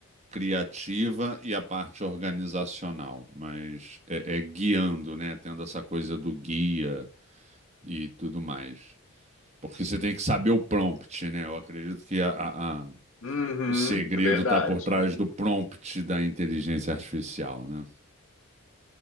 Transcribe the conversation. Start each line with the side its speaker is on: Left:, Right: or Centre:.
Right: criativa e a parte organizacional, mas é, é guiando, né? Tendo essa coisa do guia e tudo mais. Porque você tem que saber o prompt, né? Eu acredito que a, a- a-
Left: Uhum,
Right: o segredo
Left: é verdade.
Right: está por trás do prompt da inteligência artificial, né?